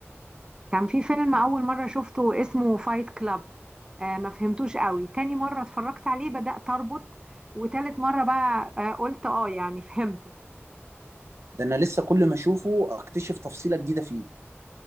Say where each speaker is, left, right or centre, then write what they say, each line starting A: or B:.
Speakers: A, on the right; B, on the right.
A: كان في فيلم اول مرة شفته اسمه فايت كلاب آه ما فهمتوش قوي تاني مرة اتفرجت عليه بدأت اربط وتالت مرة بقى آه، قلت اه يعني فهمت
B: ده انا لسه كل ما اشوفه اكتشف تفصيلة جديدة فيه